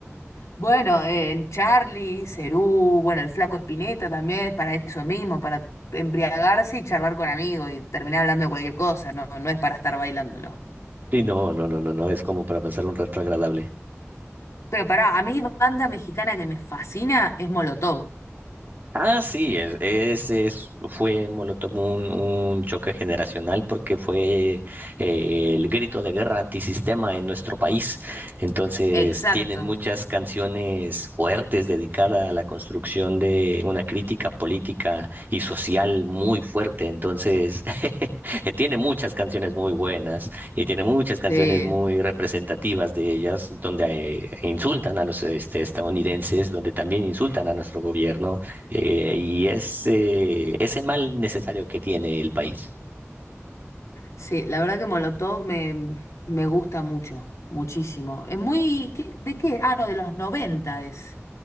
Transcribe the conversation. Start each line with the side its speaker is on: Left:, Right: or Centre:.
Left: Bueno, eh, en Charlie, Cerú, bueno, el Flaco Espineta también es para eso mismo, para embriagarse y charlar con amigos y terminar hablando de cualquier cosa, no, no es para estar bailándolo.
Right: Sí, no, no, no, no, no, es como para pasar un rato agradable.
Left: Pero pará, a mí banda mexicana que me fascina es Molotov.
Right: Ah, sí, es- ese es- fue Molotov un, un choque generacional porque fue eh, el grito de guerra antisistema en nuestro país. Entonces,
Left: Exacto.
Right: tienen muchas canciones fuertes dedicadas a la construcción de una crítica política y social muy fuerte. Entonces, <laughs> tiene muchas canciones muy buenas y tiene muchas canciones
Left: Sí,
Right: muy representativas de ellas, donde eh, insultan a los este, estadounidenses, donde también insultan a nuestro gobierno eh, y ese, ese mal necesario que tiene el país.
Left: sí, la verdad que Molotov me, me gusta mucho, muchísimo. Es muy... ¿qué- ¿De qué? Ah, no, de los noventa es.